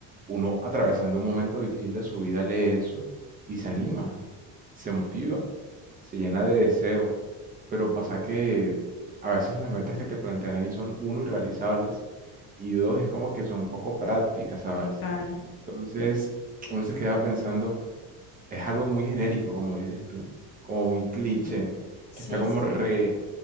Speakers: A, on the right; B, on the left.
A: uno atravesando un momento difícil de su vida lee eso y se anima, se motiva, se llena de deseo. Pero pasa que a veces las metas que te plantean ahí son, uno, irrealizables, y dos, es como que son poco prácticas, ¿sabes?
B: Total.
A: Entonces, uno se queda pensando, es algo muy genérico, como dices tú, como muy cliché,
B: Sí,
A: que está como
B: sí.
A: re-